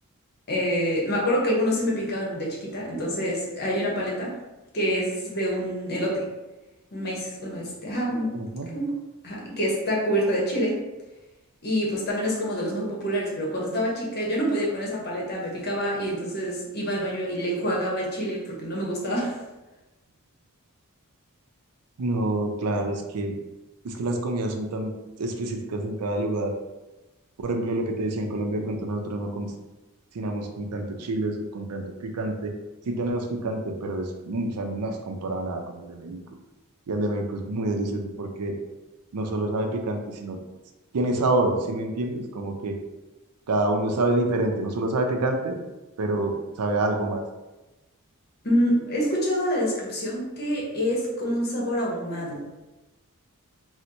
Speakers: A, on the left; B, on the right.
A: Eh, me acuerdo que algunos sí me picaban de chiquita, entonces hay una paleta que es de un elote, un maíz, bueno, este, ajá, un,
B: Ujú.
A: ajá, que está cubierta de chile. Y pues también es como de los más populares, pero cuando estaba chica yo no podía con esa paleta, me picaba y entonces iba al baño y le enjuagaba el chile porque no me gustaba. <laughs>
B: No, claro, es que, es que las comidas son tan específicas en cada lugar. Por ejemplo, lo que te decía en Colombia, de pronto nosotros no cocinamos con tanto chiles o con tanto picante. Sí tenemos picante, pero es, mm, o sea, no es comparado a nada con el de México. Y el de México es muy delicioso porque no solo sabe picante, sino tiene sabor, ¿sí me entiendes? Como que cada uno sabe diferente, no solo sabe picante, pero sabe a algo más.
A: Mm, he escuchado la descripción que es como un sabor ahumado.